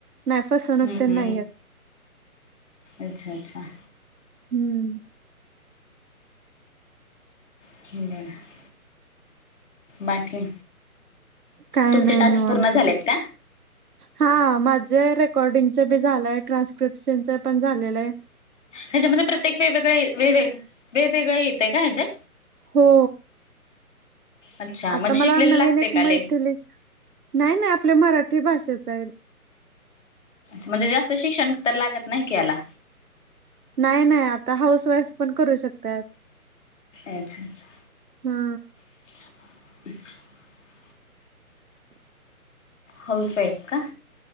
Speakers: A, on the right; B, on the left.
A: नाही फसवणूक
B: हम्म
A: तर
B: हम्म
A: नाहीऐत
B: अच्छा अच्छा
A: हम्म
B: <unintelligible> बाकी?
A: काय
B: तुमचे
A: नाई
B: टास्क
A: निवांतच
B: पूर्ण झालेत
A: ए.
B: का
A: हा... माझं रेकॉर्डिंगचं बी झालंय... ट्रान्स्क्रिप्शनचं पण झालेलं हे.
B: ह्याच्यामध्ये प्रत्येक वेगवेगळे... वे... वेग... वेगवेगळं येतंय का ह्याच्यात?
A: हो.
B: अच्छा
A: आता
B: म्हणजे
A: मला
B: शिकलेलं
A: नवीन
B: लागते
A: एक
B: का लय
A: मैथलीच... नाई नाई.. आपल्या मराठी भाषेचं ए
B: म्हणजे जास्त शिक्षण तर... लागत नाही की याला?
A: नाई नाई आता हाऊस वाईफ पण... करू शकत्यात.
B: अच्छा अच्छा.
A: हा.
B: <inaudible> हाऊस वाईफ का?